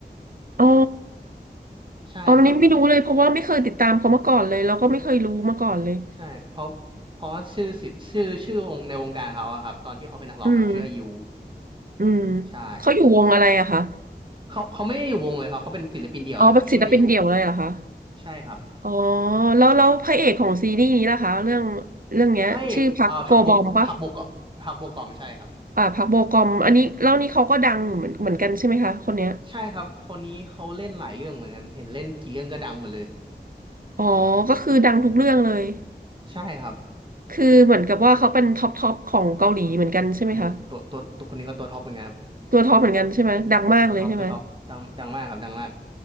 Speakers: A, on the right; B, on the right.
A: อ๋อ
B: ใช่ครับ
A: อ๋ออันนี้ไม่รู้เลยเพราะว่าไม่เคยติดตามเขามาก่อนเลยแล้วก็ไม่เคยรู้มาก่อนเลย
B: ใช่ใช่เพราะเพราะว่าชื่อสิชื่อชื่อวงในวงการเขาอะครับตอนที่เขาเป็นนักร้องเนี่ยเขาชื่ออายุ
A: อืมอืม
B: ใช่
A: เขาอยู่วงอะไรอะคะ
B: เขาเขาไม่ได้อยู่วงเลยครับเขาเป็นศิลปินเดี่ยวเลยครับชื่ออายุ
A: อ๋อเป็นศิลปินเดี่ยวเลยเหรอคะ
B: ใช่ครับ
A: อ๋อแล้วแล้วพระเอกของซีรีส์นี้ล่ะคะเรื่องเรื่องเนี้ยชื่อพักโกบอมปะ
B: พระเอกเอ่อพักบกพักบกเกาะพักบกเกาะไม่ใช่ครับ
A: อ่าพักโบกอมอันนี้แล้วนี่เขาก็ดังเหมือนเหมือนกันใช่ไหมคะคนเนี้ย
B: ใช่ครับ คนนี้เขาเล่นหลายเรื่องเหมือนกัน เห็นเล่นกี่เรื่องก็ดังหมดเลย
A: อ๋อก็คือดังทุกเรื่องเลย
B: ใช่ครับ
A: คือเหมือนกับว่าเขาเป็นท็อปท็อปของเกาหลีเหมือนกันใช่ไหมคะ
B: โอ้ตัวตัวตัวคนนี้ก็ตัวท็อปเหมือนกันครับ
A: ตัวท็อปเหมือนกันใช่ไหมดังมากเลยใช่ไหม
B: ตัวท็อปตัวท็อปดังดังมากครับดังมาก